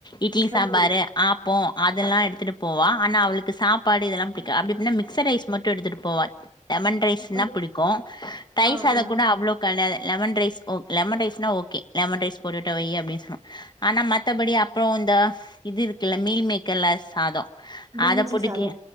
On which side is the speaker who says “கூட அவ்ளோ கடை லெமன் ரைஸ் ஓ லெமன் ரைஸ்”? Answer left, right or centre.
Left